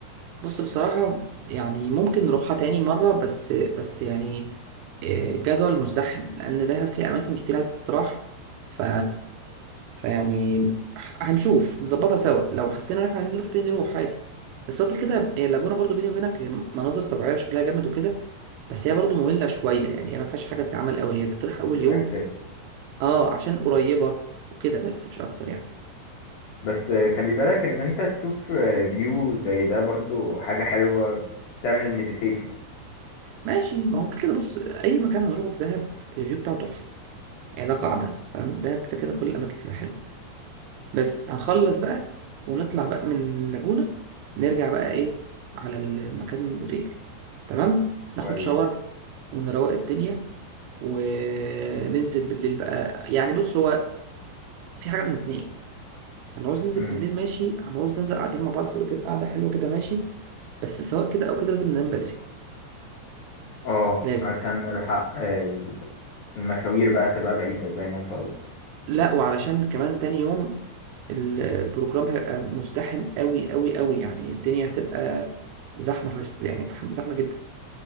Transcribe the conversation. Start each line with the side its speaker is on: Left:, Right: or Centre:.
Right: بص بصراحة يعني ممكن نروحها تاني مرة بس بس يعني جدول مزدحم لأن دهب فيه أماكن كتير عايز تتراح ف فيعني هنشوف نظبطها سوا لو حسينا إن إحنا عايزين نروح تاني نروح عادي بس هو كده كده هي اللاجونة برضو بيني وبينك هي مناظر طبيعية وشكلها جامد وكده بس هي برضو مملة شوية يعني هي ما فيهاش حاجة تتعمل قوي هي تتراح أول يوم
Left: اكتيفيتي
Right: أه عشان قريبة وكده بس مش أكتر يعني
Left: بس خلي بالك ان انت تشوف فيو زي ده برضو حاجة حلوة تعمل مديتيشن
Right: ماشي ما هو كده كده بص أي مكان هنروحه في دهب الفيو بتاعه تحفة يعني ده قاعدة
Left: امم
Right: فاهم دهب كده كده كل الأماكن فيها حلوة بس هنخلص بقى ونطلع بقى من لاجونا نرجع بقى ايه على المكان الاوتيل تمام ناخد
Left: كويس
Right: شاور ونروق الدنيا وننزل بالليل بقى يعني بص هو في حاجة من اتنين هنعوز ننزل
Left: امم
Right: بالليل ماشي هنعوز ننزل قاعدين مع بعض في الأوتيل قعدة حلوة كده ماشي بس سواء كده أو كده لازم ننام بدري
Left: اه
Right: لازم
Left: عشان نلحق ال- المشاوير بقى تبقى بعيدة زي ما انت قلت
Right: لا وعلشان كمان تاني يوم البروجرام هيبقى مزدحم قوي قوي قوي يعني الدنيا هتبقى زحمة فشت يعني زحمة جدا